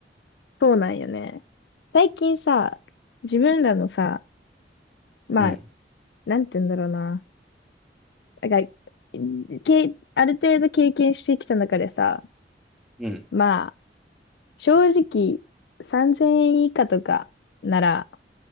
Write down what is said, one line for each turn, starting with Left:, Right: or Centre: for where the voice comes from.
Left: そうなんよね。最近さ、自分らのさ、まあ、
Centre: うん。
Left: なんて言うんだろうな。なんか、け、ある程度経験してきた中でさ、
Centre: うん。
Left: まあ、正直、3000円以下とかなら、